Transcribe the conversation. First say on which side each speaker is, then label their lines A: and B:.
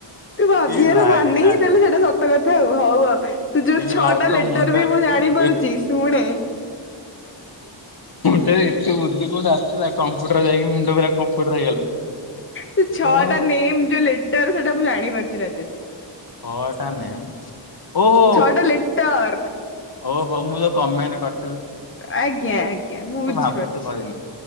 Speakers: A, on the left; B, on the left.
A: ତୁ ଭାବିବାର
B: ଇ ଭାଇ
A: ମାନେ
B: ନାଇଁ
A: ହିଁ ତାହଲେ
B: ନାଇଁ
A: ସେଇଟା ସତ କଥା ଆଉ ହଉ ଆଉ ତୁ ଯୋଉ
B: ଇ
A: ଛଅଟା
B: ଭାଇ ତୋ
A: ଲେଟର
B: ମୁଣ୍ଡରେ
A: ବି ମୁଁ ଜାଣିପାରୁଛି
B: ଏ
A: ଶୁଣେ
B: ଏ ଏତେ ବୁଦ୍ଧି କୋଉଠି ଆସିଲା କମ୍ପୁଟର ଯାଇକି ମୁଣ୍ଡ ଫରା କମ୍ପୁଟର ହେଇଗଲା।
A: ସେ ଛଅଟା
B: କଣ
A: ନେମ ଯୋ ଲେଟର ସେଟା ମୁଁ ଜାଣିପାରୁଛିି। ରାଜେଶ୍
B: ହ ଟା ନେମ୍ ଓହୋ
A: ଛଅଟା ଲେଟର୍
B: ଓହୋ ମୁଁ ତ କମେଣ୍ଟ କରି
A: ଆଜ୍ଞା ଆଜ୍ଞା ମୁଁ ବୁଝିପାରୁଛି
B: ଭାବୁଛୁ କହିଲୁ